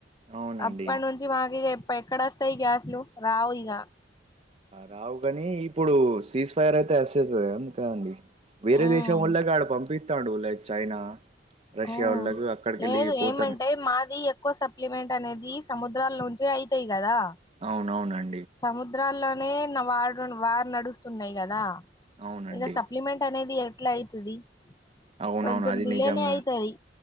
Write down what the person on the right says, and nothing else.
అవునండి.
రావుగాని ఇప్పుడు సీజ్ ఫైర్ అయితే అసేస్తది అందుకే అండి వేరే
దేశం వల్లగాడు పంపిస్తాడు లైక్ చైనా రష్యా
వోళ్ళకి అక్కడికెళ్ళి
పోతాను.
అవునవునండి
అవునండి.
అవునవును
అది
నిజం